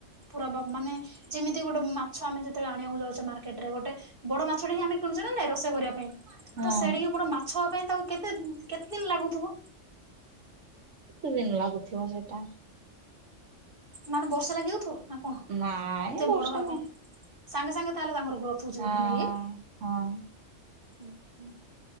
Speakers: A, on the right (about 45°); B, on the right (about 75°).
A: ପୁରା ବ ମାନେ ଯେମିତି ଗୋଟେ ମାଛ ଆମେ ଯେତବେଳେ ଆଣିବାକୁ ଯାଉଛେ ମାର୍କେଟ ରେ ଗୋଟେ ବଡ଼ ମାଛ ଟେ ହିଁ ଆମେ କିଣୁଛେ ନା ନାଇଁ ରୋଷେଇ କରିବା ପାଇଁ।
B: ହଁ
A: ତ ସେଡି଼କି ବଡ଼ ମାଛ ହବା ପାଇଁ ତାକୁ କେତେ କେତେ ଦିନ ଲାଗୁଥିବ?
B: କେତେ ଦିନ ଲାଗୁଥିବ ସେଇଟା?
A: ମାନେ ବର୍ଷା ଲାଗିଯାଉଥିବ ନା କଣ
B: ନାଇଁ
A: ଏତେ
B: ବର୍ଷେ
A: ବଡ଼ ହବା
B: ନୁହଁ
A: ପାଇଁ? ସାଙ୍ଗେ ସାଙ୍ଗେ ତାହେଲେ ତାଙ୍କର ଗ୍ରୋଥ ହଉଚି
B: ହଁ।
A: ବୋଧେ ନାଇଁ କି?
B: ହଁ
A: ହୁଁ ହୁଁ।